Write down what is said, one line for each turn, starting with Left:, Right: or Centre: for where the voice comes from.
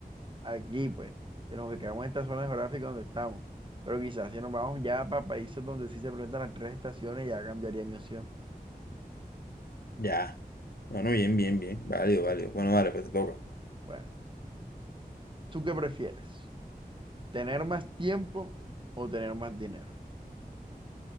Right: Aquí, pues, que nos quedamos en esta zona geográfica donde estamos. Pero quizás si nos vamos ya para países donde sí se presentan las tres estaciones, ya cambiaría mi opción.
Left: Ya. Bueno, bien,
Right: Sí,
Left: bien,
Right: sí.
Left: bien. Válido, válido. Bueno, vale, pues te toca.
Right: Bueno, ¿tú qué prefieres? ¿Tener más tiempo o tener más dinero?